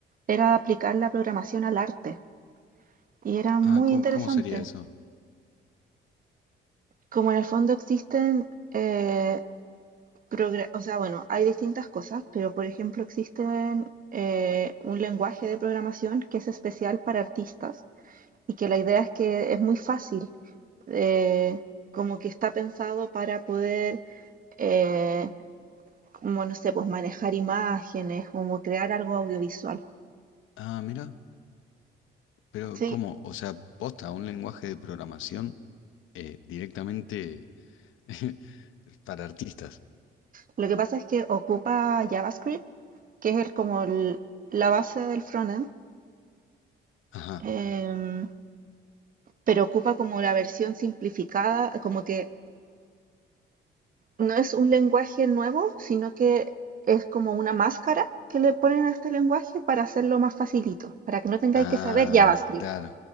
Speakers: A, on the right; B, on the left.
A: era aplicar la programación al arte y era muy
B: Ah, ¿cómo,
A: interesante.
B: cómo sería eso?
A: Como en el fondo existen eh, progra- o sea, bueno, hay distintas cosas, pero por ejemplo existen eh, un lenguaje de programación que es especial para artistas y que la idea es que es muy fácil, eh, como que está pensado para poder, eh, como no sé, pues manejar imágenes, como crear algo audiovisual.
B: Ah, mira, pero
A: Sí,
B: ¿cómo? O sea, posta, un lenguaje de programación eh, directamente <laughs> para artistas.
A: Lo que pasa es que ocupa JavaScript, que es el- como el- la base del frontend,
B: Ajá.
A: em, pero ocupa como la versión simplificada, como que no es un lenguaje nuevo, sino que es como una máscara que le ponen a este lenguaje para hacerlo más facilito, para que no tengáis
B: Ah,
A: que saber JavaScript.
B: claro,